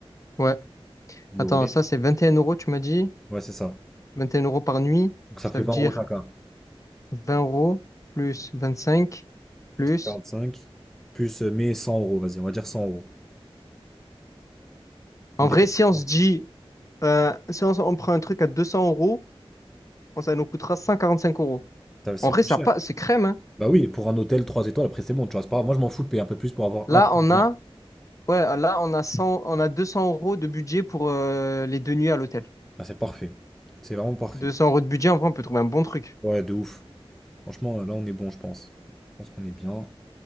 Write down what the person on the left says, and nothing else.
Ouais.
Attends, ça c'est 21 euros, tu m'as dit.
21 euros par nuit.
Ça
veut
dire
20 euros plus 25 plus.
En
vrai, si on
se dit, euh, si on, on prend un truc à 200 euros, ça nous coûtera 145 euros.
En vrai,
ça
pas, c'est crème, hein.
Là,
on
a, ouais, là, on a cent, on a 200 euros de budget pour euh, les deux nuits à l'hôtel.
200 euros de budget, en vrai, on peut trouver un bon truc.